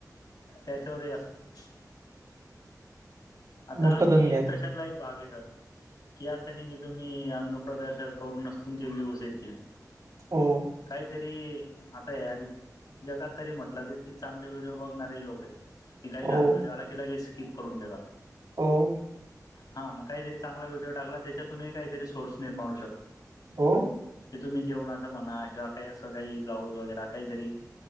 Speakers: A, on the left; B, on the right.
A: त्याच्यावरही असतो <unintelligible> आता
B: मूर्ख
A: आणि
B: धंदे आहे
A: तशातला
B: ते
A: एक भाग आहे सर <unintelligible> कि असं नाही की तुम्ही अंग प्रदर्शन करूनच तुमचे व्हीवर्स येतील....
B: हो
A: काहीतरी आता ह्या जगात तरी म्हटलं जाईल की चांगले व्हिडिओ बघणारे हे लोक आहेत..... की काही
B: हो
A: घाण व्हडिओ आला की लगेच स्किप करून देतात.
B: हो....
A: हा मग काहीतरी चांगला व्हिडिओ टाकला त्याच्यातूनही काहीतरी सोर्स निर्माणू होऊ शकतो.
B: हो....
A: की तुम्ही जेवणाचं म्हणा किंवा काही असं काही ब्लाऊज वगैरे काहीतरी....